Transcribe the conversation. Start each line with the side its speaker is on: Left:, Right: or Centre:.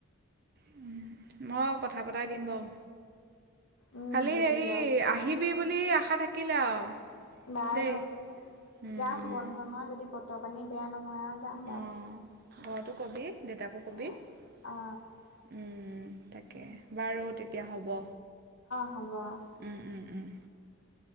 Right: উ উ মইয়ো কথা পতাই দিম বাৰু
Left: উম
Right: খালি
Left: দিবি
Right: হেৰি
Left: বাৰু
Right: আহিবি বুলি আশা থাকিলে আৰু
Left: বাৰু,
Right: দেই উম,
Left: যাম বন্ধ নহয় যদি বতৰ পানী বেয়া নহয় আৰু যাম বাৰু
Right: অঁ, ঘৰতো কবি দেউতাকো কবি
Left: এ
Right: উ
Left: অ
Right: উ উ তাকে
Left: উম,
Right: বাৰু তেতিয়া হ'ব।
Left: হাল্লা <unintelligible>
Right: উম, উম, উম।